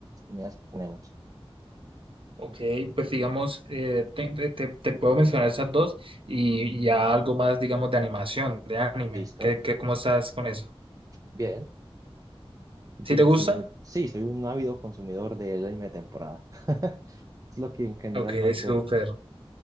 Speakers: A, on the right; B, on the right.
A: comunidades que tenemos.
B: Ok, pues digamos, eh, te, te- te- te puedo mencionar esas dos y, y ya algo más, digamos, de animación, de anime.
A: ¿Listo?
B: ¿Qué, qué, cómo estás con eso?
A: Bien. Bien,
B: ¿Sí te
A: yo
B: gusta?
A: soy muy, sí, soy un ávido consumidor del anime de temporada. <laughs> Es lo que en general
B: Ok,
A: más
B: súper.
A: veo.